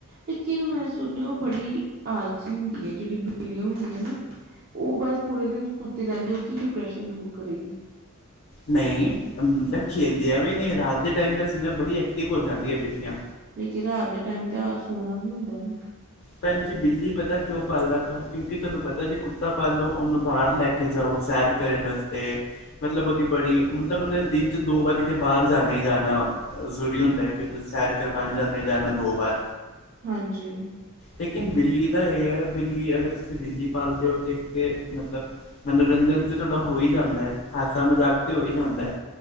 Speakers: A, on the right (about 45°); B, on the left (about 50°).
A: ਲੇਕਿਨ, ਮੈਂ ਸੁਣਿਆ, ਉਹ ਬੜੀ ਆਲਸੀ ਹੁੰਦੀ ਹੈ, ਜਿਹੜੀ ਬਿੱਲੀਆਂ ਹੁੰਦੀ ਹੈ, ਨਾ। ਉਹ ਬਸ, ਪੂਰੇ ਦਿਨ ਸੁੱਤੀ ਰਹਿੰਦੀ, ਉਹ ਕੀ ਡਿਪਰੈਸ਼ਨ ਦੂਰ ਕਰੇਗੀ?
B: ਨਹੀਂ, ਮਤਲਬ ਖੇਲਦੀਆਂ ਵੀ ਨੇ, ਰਾਤ ਦੇ ਟਾਈਮ ਮੈੰ, ਸੁਣਿਆ ਬੜੀ ਐਕਟਿਵ ਹੋ ਜਾਂਦੀ ਹੈ ਬਿੱਲੀਆਂ।
A: ਲੇਕਿਨ, ਰਾਤ ਦੇ ਟਾਈਮ ਤੇ ਸੌਣਾ ਵੀ ਹੁੰਦਾ ਨਾ।
B: ਭੈਣ ਜੀ, ਬਿੱਲੀ ਪਤਾ ਕਿਉਂ ਪਾਲਦੇ ਆਪਾਂ? ਕਿਉਂਕਿ ਤੁਹਾਨੂੰ ਪਤਾ, ਜੇ ਕੁੱਤਾ ਪਾਲੋ, ਉਹਨੂੰ ਬਾਹਰ ਲੈ ਕੇ, ਕੇ ਜਾਓ, ਸੈਰ ਕਰਨ ਵਾਸਤੇ ਮਤਲਬ ਉਹਦੀ ਬੜੀ ਮਤਲਬ, ਉਹਨੇ ਦਿਨ ਚ ਦੋ ਵਾਰੀ ਤੇ, ਬਾਹਰ ਜਾਣਾ ਹੀ ਜਾਣਾ। ਜ਼ਰੂਰੀ ਹੁੰਦਾ, ਕਿ ਤੁਸੀ, ਸੈਰ ਕਰਵਾਉਣ ਜਾਣਾ, ਹੀ ਜਾਣਾ ਦੋ ਵਾਰ
A: ਹਾਂਜੀ
B: ਲੇਕਿਨ, ਬਿੱਲੀ ਦਾ ਇਹ ਹੈ, ਬਿੱਲੀ, ਅਗਰ ਤੁਸੀਂ ਬਿੱਲੀ ਪਾਲਦੇ ਹੋ। ਤੇ, ਤੇ ਮਤਲਬ ਮਨੋਰੰਜਨ ਤੇ ਤੁਹਾਡਾ ਹੋ, ਹੀ ਜਾਂਦਾ, ਹਾਸਾ ਮਜ਼ਾਕ ਤੇ ਹੋ, ਹੀ ਜਾਂਦਾ।